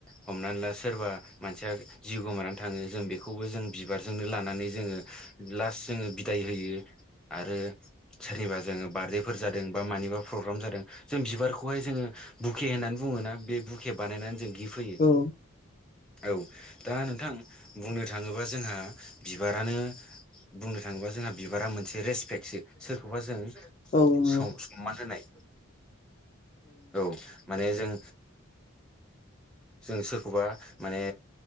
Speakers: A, in the centre; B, on the left (about 35°).
A: हमनानै ला सोरबा मानसिया। जिउ गोमानानै थाङो जों बेखौबो जों बिबारजोंनो लानानै जोङो लास्ट जोङो बिदाय होयो। आरो सोरनिबा जोङो बार्डेफोर जादों बा मानिबा। प्रग्राम जादों जों बिबारखौहाय जोङो बुके होननानै बुङोना। बे बुके बानायनानै जों गिफ्ट होयो
B: औ
A: औ दा नोंथां बुंनो थाङोबा जोंहा बिबारानो बुंनो थाङोबा जोंहा बिबारा मोन मोनसे रेसपेक्टसो सोरखौबा जों स-सनमान
B: औ नंगौ
A: होनाय औ माने जों जों सोरखौबा माने